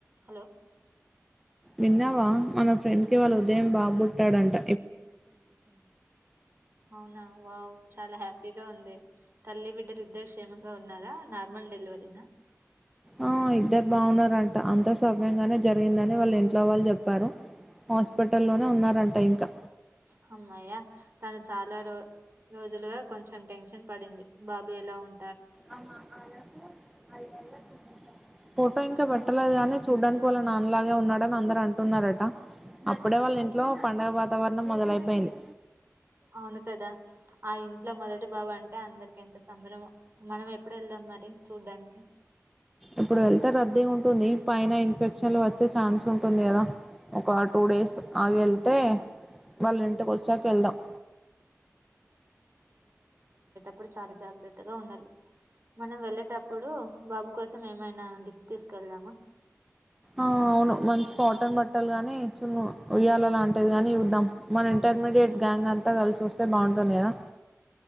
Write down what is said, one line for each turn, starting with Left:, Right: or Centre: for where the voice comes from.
Right: Hello
Centre: విన్నావా మన friend కి ఇవాళ ఉదయం బాబుబుట్టాడంట
Right: అవునా వావ్ చాలా హ్యాపీగా ఉంది తల్లి బిడ్డలు ఇద్దరు క్షేమంగా ఉన్నారా నార్మల్ డెలివరీనా
Centre: ఆ ఇద్దరు బాగున్నారంట అంత సమ్యంగానే జరిగిందని వాళ్ళు ఇంట్లో వాళ్ళు చెప్పారు హాస్పిటల్లోనే ఉన్నారంట ఇంకా
Right: హమ్మయ తను చాలా రో రోజులుగా కొంచెం టెన్షన్ పడింది బాబా ఎలా ఉం
Centre: అమ అలా అ ఫోటో ఇంకా పెట్టలేదు గానీ చూడ్డానికి వాళ్ళ నాన్నలాగే ఉన్నాడని అందరుూ అంటున్నారట అప్పుడే వాళ్ళ ఇంట్లో పండుగ వాతావరణం మొదలైపోయింది
Right: అవును కదా ఆ ఇ ఇట్లా మొదటి బాబు అంటే అందరికి ఎంత సంభరమో మనం ఎప్పుడు వెళ్దాం మరి చూడ్డానికి
Centre: ఇప్పుడు వెళ్తే రద్దీ ఉంటుంది పైన ఇన్ఫెక్షన్లు వచ్చే ఛాన్స్ ఉంటుంది కదా ఒక టూ డేస్ ఆగి వెళ్తే వాళ్ళు ఇంటికి వచ్చాక వెళ్దాం
Right: అప్పుడు చాలా జాగ్రత్తగా ఉండాలి మనం వెళ్ళేటప్పుడు బాబు కోసం ఏమైనా గిఫ్ట్ తీసుకెళ్దామా
Centre: ఆ అవును మంచి కాటన్ బట్టలు గాని చిన్న ఉయ్యాల అలాంటిది కానీ చూద్దాం మన ఇంటర్మీడియట్ గ్యాంగ్ అంతా కలిసి వస్తే బావుంటుంది కదా